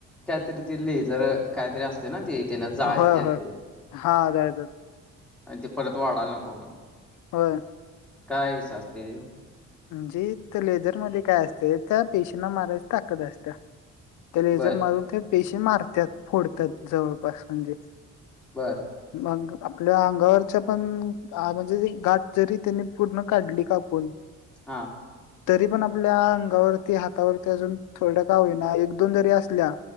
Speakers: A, in the centre; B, on the left.
A: कायतरी ते लेझर काहीतरी असते ना ते त्यानं जाळत्यात
B: होय होय
A: ते
B: हा जाळतात.
A: आणि ते परत वाढाला नको म्हणून
B: होय
A: काय विषय असत त
B: जे लेझरमध्ये काय असते त्या पेशीना मारायची ताकद असते त्या लेझर
A: बर
B: मारून ते पेशी मारतात फोडतात जवळपास म्हणजे
A: बर
B: मग आपल्या अंगावरच्या पण म्हणजे गाठ जरी त्यांनी पूर्ण काढली कापुन
A: हा
B: तरी पण आपल्या अंगावरती हातावरती अजून थोड्या का होईना एक दोन जरी असल्या